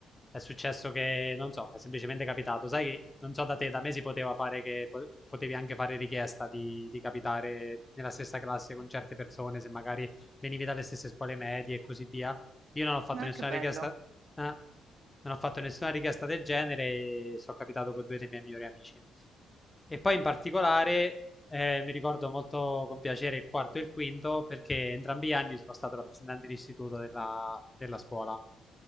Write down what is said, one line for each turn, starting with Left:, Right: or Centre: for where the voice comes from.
Left: è successo che, non so, è semplicemente capitato. Sai che, non so da te, da me si poteva fare che po- potevi anche fare richiesta di, di capitare nella stessa classe con certe persone, se magari venivi dalle stesse scuole medie e così via. Io non ho fatto
Right: Ah,
Left: nessuna
Right: che bello.
Left: richiesta, ah, non ho fatto nessuna richiesta del genere e sono capitato con due dei miei migliori amici. E poi in particolare eh, mi ricordo molto con piacere il quarto e il quinto perché entrambi gli anni sono stato rappresentante d'istituto della, della scuola.